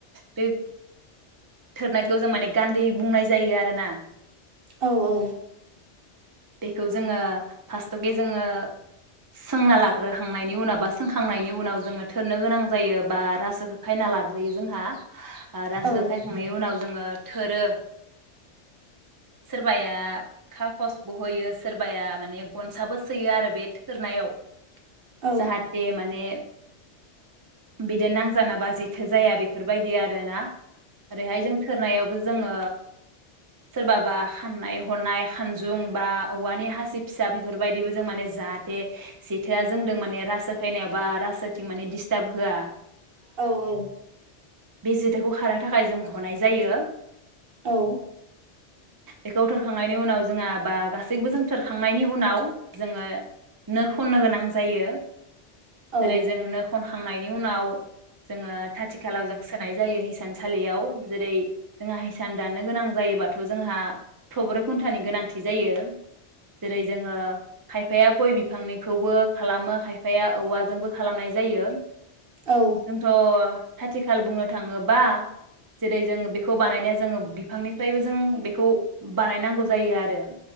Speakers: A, on the right (about 35°); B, on the right (about 55°).
A: बे थोरनायखौ जों माने गान्दै बुंनाय जायो आरोना।
B: औ औ।
A: बेखौ जोङो फार्स्टथके जोङो सोंना लाग्रोखांनायनि उनाव बा सोंखांनायनि उनाव जोङो थोरनो गोनां जायो बा रासोखौ खायना ला ग्रोयो जोंहा। रासो
B: औ
A: खायखांनायनि उनाव, जोङो थोरो, सोरबाया खाखस बो होयो सोरबाया माने गनसाबो सोयो आरो बे थोरनायाव।
B: औ
A: जाहाथे माने, <inaudible> बिदि नांजाना बा जि थोजाया बेफोरबायदि आरोना। ओरैहाय जों थोरनायाव जोङो सोरबाबा खाननाय हनाय खानजुं बा औवानि हासिब फिसा बेफोरबायदिबो जों माने जाहाथे जेथोआ जोंदों माने रासो खायनायाव बा रासोथिं माने डिस्टार्ब होया
B: औ औ।
A: बे जेथोखौ खारहोनो थाखाय जों हनाय जायो।
B: औ।
A: बेखौ थोरखांनायनि उनाव जोंहा बा गासैबो जों थोरखांनायनि उनाव जोङो नो खननो गोनां जायो।
B: औ
A: जेरै जों नो खन खांनायनि उनाव, जोङो खाथि खालाव जों सोनाय जायो हिसानसालियाव जेरै जोंहा हिसान दाननो गोनां जायोबाथ' जोंहा थब्रै खुन्टानि गोनांथि जायो। जेरै जोङो खायफाया गय बिफांनिखौबो खालामो खायफाया औवाजोंबो खालामनाय जायो।
B: औ।
A: जोंथ' खाथिखाल बुंनो थाङोबा जेरै जों बिखौ बानायनो जोङो बिफांनिफ्रायबो जों बेखौ बानाय नांगौ जायो आरो,